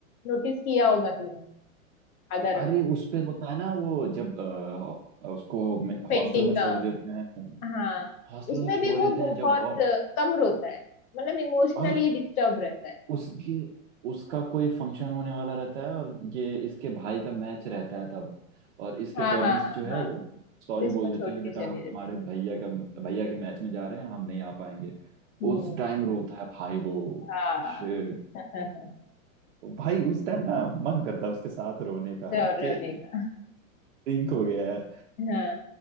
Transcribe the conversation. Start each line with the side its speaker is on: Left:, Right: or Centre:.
Left: नोटिस किया होगा तुमने अगर
Right: अरे उस पे होता है ना वो जब आ, उसको
Left: पेंटिंग
Right: हॉस्टल में छोड़
Left: का
Right: देते हैं
Left: हाँ
Right: हॉस्टल
Left: उसमें
Right: में छोड़
Left: भी
Right: देते
Left: वो बहुत
Right: हैं जब और
Left: अ, कम रोता है मतलब इमोशनली
Right: और
Left: डिस्टर्ब रहता है
Right: उसके उसका कोई फंक्शन होने वाला रहता है और ये इसके भाई का मैच रहता है तब और इसके
Left: हाँ
Right: पेरेंट्स
Left: हाँ हाँ
Right: जो है
Left: हाँ
Right: वो सॉरी
Left: तो इसको
Right: बोल
Left: छोड़
Right: देते हैं
Left: के
Right: कि बेटा
Left: चले
Right: हम
Left: जाते
Right: तुम्हारे भैया का भैया के मैच में जा रहे हैं हम नहीं आ पाएंगे
Left: हैं हम्म
Right: उस टाइम रोता है भाई वो
Left: हाँ
Right: शिट
Left: <laughs>
Right: भाई उस टाइम ना मन करता है उसके साथ रोने का
Left: और रोने
Right: कि
Left: का
Right: सिंक हो गया है
Left: हाँ